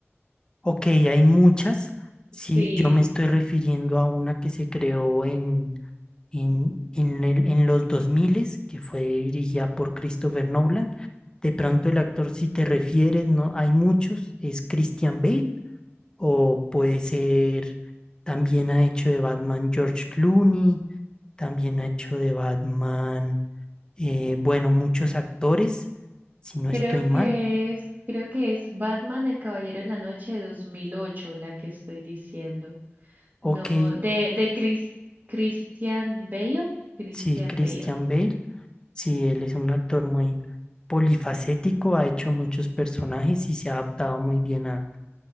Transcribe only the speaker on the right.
Sí,
creo
que
es, creo que es Batman el Caballero de la Noche de 2008 la que estoy diciendo.
No, de de Chris, Christian Bale, Christian
Bale.